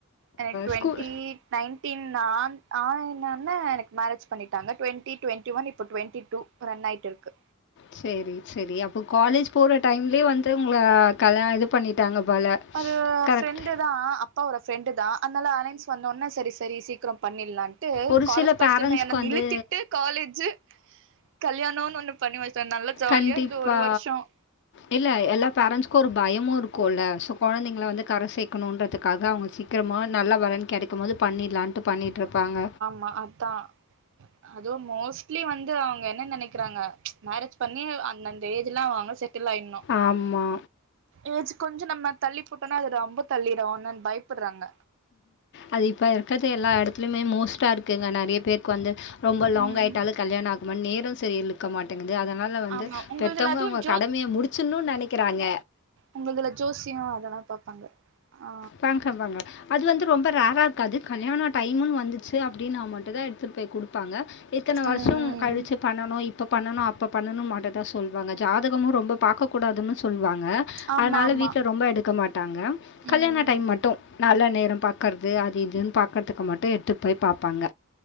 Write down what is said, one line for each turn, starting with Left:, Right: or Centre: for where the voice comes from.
Right: எனக்கு டுவெண்ட்டி
Left: ஸ்கூல்
Right: நைன்டீன் நா ஆன் ஆன ஒன்ன எனக்கு மேரேஜ் பண்ணிட்டாங்க டுவெண்ட்டி டுவெண்ட்டி ஒன் இப்ப டுவெண்ட்டி டூ ரன் ஆயிட்டு இருக்கு
Left: சேரி சேரி அப்ப காலேஜ் போற டைம்லயே வந்து உங்கள கல்யாண இது பண்ணிட்டாங்க போல
Right: ஒரு
Left: கரெக்ட்
Right: ஃப்ரெண்டு தா அப்பாவோட ஃப்ரெண்டுதா அதனால அலையன்ஸ் வந்த ஒன்ன சரி சரி சீக்கரோ பண்ணிடலான் ட்டு
Left: ஒரு
Right: காலேஜ்
Left: சில
Right: படிச்சிட்டு
Left: பேரண்ட்ஸ்க்கு
Right: இருந்த என்ன
Left: வந்து
Right: நிழுத்திட்டு காலேஜு கல்யாணம்னு ஒண்ணு பண்ணி வச்சன் நல்லா ஜாலியா
Left: கண்டிப்பா.
Right: இருந்தோன் ஒரு வருஷோம்
Left: இல்ல எல்லா பேரண்ட்ஸ்க்கும் ஒரு பயமும் இருக்கும்ல்ல சோ கொழந்தைங்கள வந்து கர சேக்கணும்ன்றதுக்காக அவங்க சீக்கிரமா நல்ல வரன் கெடைக்கும் போது பண்ணிடலான்ட்டு பண்ணிட்டுருப்பாங்க
Right: ஆ அத்தா அதோ மோஸ்ட்லி வந்து அவங்க என்ன நெனைக்கிறாங்க மேரேஜ் பண்ணி அந்தந்த ஏஜ்லா அவங்க செட்டில் ஆயினும்
Left: ஆமா
Right: ஏஜ் கொஞ்சோ நம்ம தள்ளி போட்டோனா அது ரொம்ப தள்ளிடோம் அந்நன் பயப்படுறாங்க
Left: அது இப்போ இருக்கற்து எல்லா எடத்லயுமே மோஸ்ட் டர்க்குங்க நெறைய பேருக்கு வந்து ரொம்ப லாங்
Right: ம்
Left: ஆய்டாலும் கல்யாணம் ஆக்மா நேரம் சரி இழுக்க மாட் டுங்கது அதனால வந்து
Right: ஆமா உங்கள்துல
Left: பெத்தவங்க
Right: அதுவு
Left: அவங்க கடமைய முடிச்சுன்னும் நெனைக்கறாங்க
Right: உங்கதுல ஜோசியும் அதெல்லாம் பாப்பாங்க ஆ
Left: பாங்க பாங்க அது வந்து ரொம்ப ரேரா இருக்காது கல்யாணம் டைம்னு வந்து ச்சு அப்டின்னா மட்டும் தான் எடுத்துட்டு போய் குடுப்பாங்க இத்தன வருஷம்
Right: ம்
Left: கழிச்சு பண்ணனு இப்ப பண்ணணு இப்ப பண்ணணும் மாட்டே தா சொல்வாங்க ஜாதகமும் ரொம்ப பாக்கக் கூடாதுன் சொல்வாங்க
Right: ஆமா
Left: அனால
Right: ஆமா
Left: வீட்டுல ரொம்ப எடுக்க மாட்டாங்க கல்யாண
Right: ம்
Left: டைம் மட்டும் நல்லா நேரம் பாக்கர்து அது இதுன்னு பாக்கர்துக்கு மட்டும் எடுத்துட் போய் பாப்பாங்க